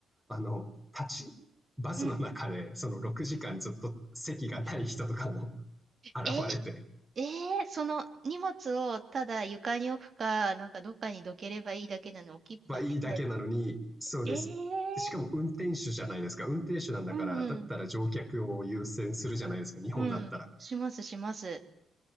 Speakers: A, in the centre; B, on the right.
A: あの、立ち、バスの中で、
B: うん。
A: その6時間ずっと席がない人とかも <laughs> 現れて、
B: え、えーその荷物をただ床に置くか、なんかどっかにどければいいだけなの置きっぱで。
A: はいいだけなのに、そうです。
B: ええー
A: でしかも運転手じゃないですか。運転手なんだから、
B: うんうん。
A: だったら乗客を優先するじゃないですか、日本だったら。
B: うん。しますします。